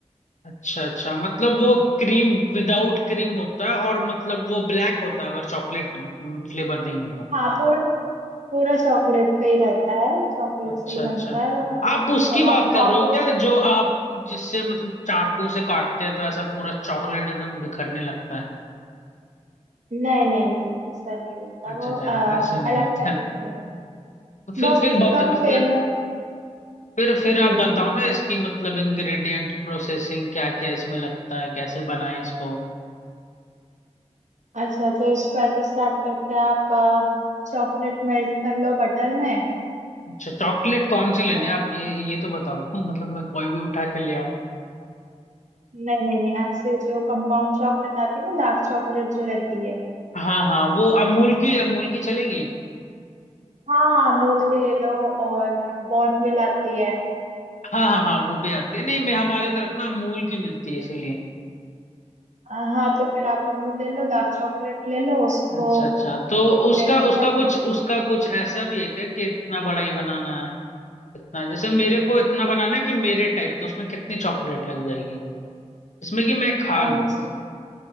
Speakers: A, on the left; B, on the right.
A: अच्छा अच्छा मतलब वो क्रीम विदाउट क्रीम होता है और मतलब वो ब्लैक होता है अगर चॉकलेट फ्लेवर देंगे तो
B: हाँ पूरा पूरा चॉकलेट का ही रहता है चॉकलेट
A: अच्छा
B: से ही
A: अच्छा
B: बनता है और
A: आप उसकी
B: मतलब
A: बात
B: आप खाओगे
A: कर रहे हो क्या जो आप जिससे मतलब चाकू से काटते हैं तो ऐसा पूरा चॉकलेट एकदम बिखरने लगता है
B: नहीं नहीं नहीं नहीं ऐसा नहीं रहता
A: अच्छा
B: वो
A: अच्छा
B: अ,
A: ऐसा नहीं
B: अलग
A: होता
B: टाइप
A: है
B: का रहता है
A: तो फिर
B: बहुत
A: फिर बता
B: कम
A: फिर
B: फेमस
A: फिर फिर
B: जी
A: आप बताओ
B: जी
A: ना इसकी मतलब इंग्रेडिएंट प्रोसेसिंग क्या क्या इसमें लगता है कैसे बनाए इसको
B: अच्छा तो इसको ऐसे स्टार्ट करते हैं आप चॉकलेट मेल्ट कर लो बटर में
A: अच्छा चॉकलेट कौन सी लेनी
B: और
A: है आप ये ये तो बता दो <laughs> मतलब मैं कोई भी उठा के ले आऊं
B: नहीं नहीं नहीं ऐसे जो कंपाउंड चॉकलेट आती है ना डार्क चॉकलेट जो रहती है
A: हाँ हाँ वो अमूल की अमूल की चलेगी
B: हाँ हाँ अमूल की ले लो और बॉर्नविल आती है
A: हाँ हाँ हाँ वो भी आती है नहीं मैं हमारे तरफ ना अमूल की मिलती है इसीलिए
B: अ, हाँ तो फिर आप अमूल ले लो डार्क चॉकलेट ले लो उसको
A: अच्छा अच्छा तो उसका
B: मेल्ट
A: उसका
B: कर
A: कुछ
B: लो
A: उसका कुछ ऐसा भी है क्या कि इतना बड़ा ही बनाना है इतना जैसे मेरे को इतना बनाना है कि मेरे टाइप तो उसमें कितनी चॉकलेट लग जाएगी इसमें कि मैं खा
B: अ,
A: लूं
B: अच्छा